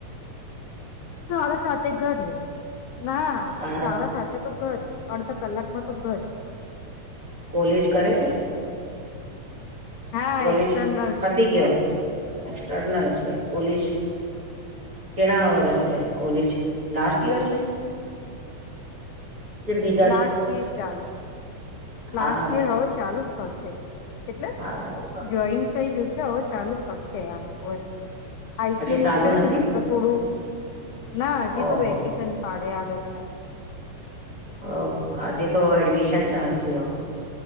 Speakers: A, on the left (about 75°); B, on the right (about 30°).
A: શાળા સાથે ઘરે ના
B: સાડા
A: શાળા સાથે તો ઘરે અડધા કલાકમાં તો ઘર
B: કોલેજ કરે છે
A: હા
B: કોલીજ
A: એક્સટર્નલ
B: પતી
A: છે
B: ગયો એક્સર્નલ છે કોલીજ કેણા વરસ થ કોલેજ લાસ્ટ યર છે કે બીજા
A: લાસ્ટ
B: છે
A: ઈયર ચાલે છે
B: હારું
A: લાસ્ટ ઈયર હવે ચાલુ જ થશે એટલે
B: હારું
A: જોઈન થઈ ગયું છે હવે ચાલુ કરશે આમ હોય આઈટી
B: આજે
A: નું
B: ચાલુ
A: છે
B: નથી
A: ને તો થોડું ના હજી
B: ઓહો
A: તો વેકેશન પાડે આ લોકો
B: ઓ આજે તો એડમિશન ચાલશે